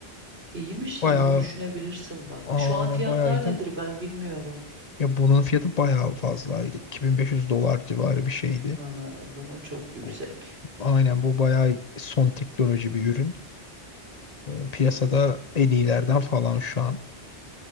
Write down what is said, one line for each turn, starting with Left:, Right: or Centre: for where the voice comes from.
Right: İyiymiş sen
Left: Bayağı
Right: onu düşünebilirsin bak.
Left: aa,
Right: Şu an
Left: aynen
Right: fiyatlar
Left: bayağı iyiydi.
Right: nedir
Left: ama-
Right: ben bilmiyorum.
Left: Ya bunun fiyatı bayağı fazlaydı. 2500 dolar civarı bir şeydi.
Right: Ha, o zaman çok yüksek.
Left: Bu, aynen bu bayağı son teknoloji bir ürün. E, piyasada en iyilerden falan şu an.